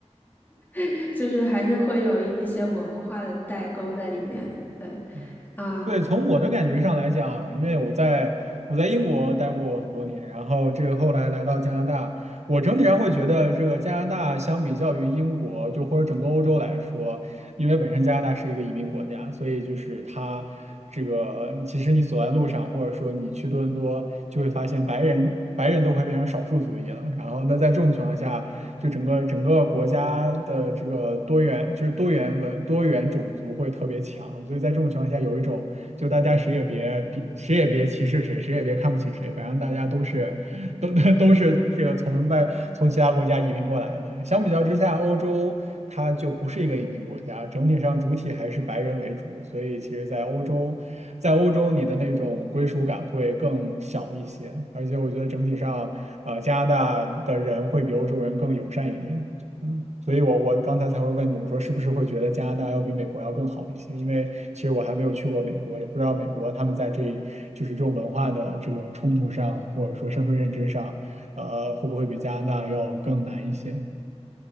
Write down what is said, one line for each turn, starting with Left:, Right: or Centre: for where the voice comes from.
Left: <laughs> 就是还是会有一些文化的代沟在里面，对。
Right: 嗯，
Left: 啊、
Right: 对，从我的感觉上来讲，因为我在我在英国待过很多年，然后这个后来来到加拿大，我整体上会觉得，这个加拿大相比较于英国，就或者整个欧洲来说，因为本身加拿大是一个移民国家，所以就是它这个，其实你走在路上，或者说你去多伦多，就会发现白人白人都快变成少数族裔了。然后那在这种情况下，就整个整个国家的这个多元，就是多元文多元种族会特别强。所以在这种情况下，有一种就大家谁也别谁也别歧视谁，谁也别看不起谁，反正大家都是。都 <laughs> 都是这个从外从其他国家移民过来的。相比较之下，欧洲它就不是一个移民国家，整体上主体还是白人为主，所以其实，在欧洲，在欧洲你的那种归属感会更小一些，而且我觉得整体上，呃，加拿大的人会比欧洲人更友善一点。嗯，所以我我刚才才会问你，我说是不是会觉得加拿大要比美国要更好一些？因为其实我还没有去过美国，也不知道美国他们在这就是这种文化的这个冲突上，或者说身份认知上，呃，会不会比加拿大要更难一些？